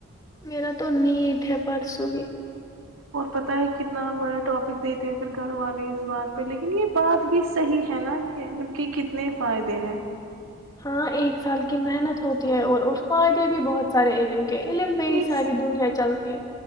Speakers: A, on the left; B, on the right.
A: میرا تو نیٹ ہے پرسوں ہی
B: اور پتہ ہے کتنا بڑا ٹاپک دیتے ہیں پھر گھر والے اس بات پہ لیکن یہ بات بھی صحیح ہے نا کہ ان کے کتنے فائدے ہیں
A: ہاں ایک سال کی محنت ہوتی ہے اور اور فائدے بھی بہت سارے علم علم پہ ہی
B: ایک
A: ساری دنیا چلتی ہے